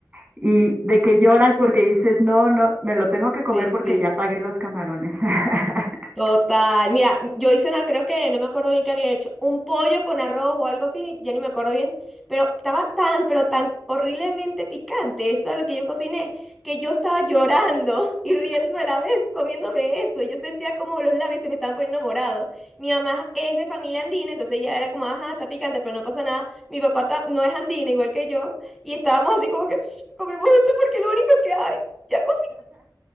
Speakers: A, on the right; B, in the centre.
A: Y de que lloras porque dices, no, no, me lo tengo que comer
B: Sí,
A: porque
B: sí.
A: ya pagué los camarones. <laughs>
B: Total. Mira, yo hice una, creo que no me acuerdo bien qué había hecho, un pollo con arroz o algo así, ya ni me acuerdo bien, pero estaba tan, pero tan horriblemente picante, eso es lo que yo cociné, que yo estaba llorando <laughs> y riéndome a la vez, comiéndome eso. y Yo sentía como los labios se me estaban poniendo morados. Mi mamá es de familia andina, entonces ella era como, ajá, está picante, pero no pasa nada. Mi papá ta- no es andina, igual que yo, y estábamos así como que <sniffs> comimos esto porque es lo único que hay. Ya cociné.